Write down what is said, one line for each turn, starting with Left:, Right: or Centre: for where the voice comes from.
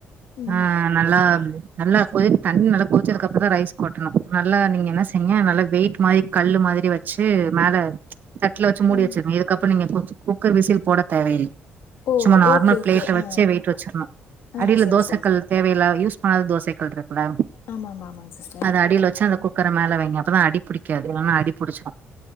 Left: ம்
Right: ஆஹ் நல்லா நல்லா கொதி தண்ணி நல்லா கொதிச்சதுக்குப்புறம் தான் ரைஸ் கொட்டணும் நல்லா நீங்க என்ன செய்யங்க நல்லா வெயிட் மாரி கல்லு மாதிரி வச்சு மேல தட்டுல வச்சு மூடி
Left: ஆ
Right: வச்சிருனு இதுக்கப்புறம் நீங்க குக்கர் விசில் போட தேவையில்லை
Left: ஓ
Right: சும்மா நார்மல்
Left: ஓகே ஓகே
Right: பிளேட்டை வச்சு
Left: ஆ
Right: வெயிட்டு வச்சிருணும்
Left: ஆ
Right: அடியில
Left: சரி
Right: தோசைக்கள்
Left: சரி
Right: தேவையில்ல யூஸ் ஆ தோசை கல்ற லாம்
Left: ஆமாம் ஆமாம் ஆமாங்க சிஸ்டர்
Right: அது அடியில வச்சு அந்த குக்கரை மேல வை அப்பதான் அடிபுடிக் அடிபுடிக்காது இல்லைனா அடிபிடிச்சுரு